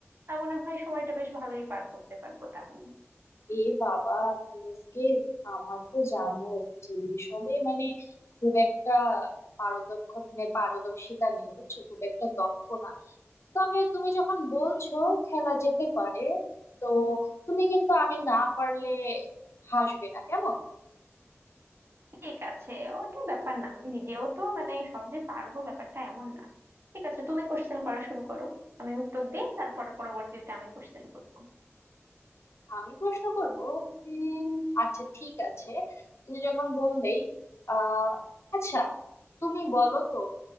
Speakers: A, on the right; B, on the left.
A: তা মনে হয় সময়টা বেশ ভালোই পার করতে পারবো তাহলে
B: এ বাবা আজকে আমার তো জানো যে সবে মানে খুব একটা পারদক্ষ মানে পারদর্শিতা নেই বুঝছো খুব একটা দক্ষ না তবে তুমি যখন বলছো খেলা যেতে পারে তো তুমি কিন্তু আমি না পারলে হাসবে না কেমন
A: ঠিক আছে ওটা ব্যাপার না আমি নিজেও তো মানে সব যে পারবো ব্যাপারটা এমন না ঠিক আছে তুমি কোশ্চেন করা শুরু করো আমি উত্তর দিই তারপর পরবর্তীতে আমি কোশ্চেন করবো
B: আমি প্রশ্ন করব উম আচ্ছা ঠিক আছে তুমি যখন বললেই আহ আচ্ছা তুমি বলো তো